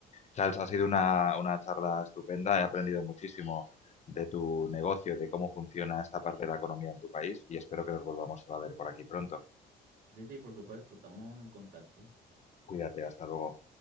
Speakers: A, on the left; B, on the right.
A: Charles, ha sido una, una charla estupenda, he aprendido muchísimo de tu negocio, de cómo funciona esta parte de la economía en tu país y espero que nos volvamos a ver por aquí pronto.
B: Sí, sí, por supuesto, estamos en contacto.
A: Cuídate, hasta luego.